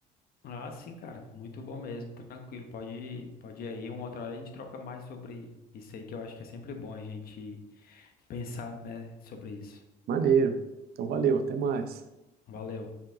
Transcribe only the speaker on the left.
Ah, sim, cara. Muito bom mesmo. Tranquilo. Pode ir, pode ir aí. Uma outra hora a gente troca mais sobre isso aí, que eu acho que é sempre bom a gente pensar, né, sobre isso.
Valeu.